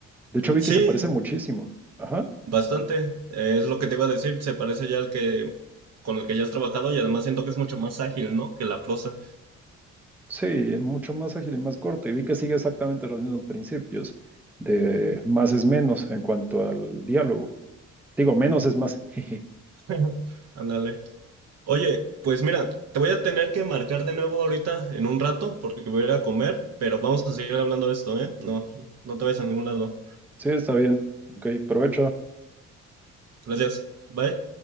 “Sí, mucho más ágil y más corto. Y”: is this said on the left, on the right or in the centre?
Centre